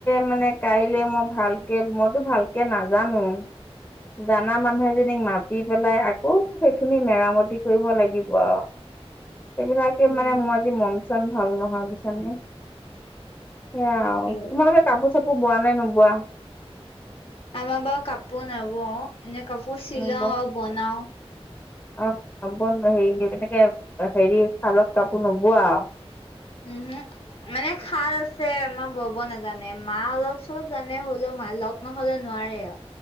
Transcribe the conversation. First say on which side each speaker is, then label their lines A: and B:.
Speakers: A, on the left (about 20°); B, on the left (about 60°).
A: মানে কাইলৈ মই ভালকে মইতো ভালকে নাজানো জানা মানুহ এজনীক মাতি পেলাই আকৌ সেইখিনি মেৰামতি কৰিব লাগিব আৰু।
B: <inaudible>
A: সেইবিলাকে
B: উম,
A: মানে মোৰ আজি মন চন ভাল নহয় বুজিছানে সেয়া
B: তাকে।
A: আৰু তোমালোকে কাপোৰ চাপোৰ বোৱা নে নোবোৱা।
B: আমাৰ বাৰু কাপোৰ নবও এনে কাপোৰ চিলাও
A: নোবোৱা
B: আৰু বনাও।
A: হেৰি এনেকে হেৰি শালত কাপোৰ নোবোৱা আৰু।
B: উমহু মানে শাল আছে আমাৰ বব নাজানে মা অলপ চলপ জানে হলেও। মা লগ নহলে নোৱাৰে আৰু।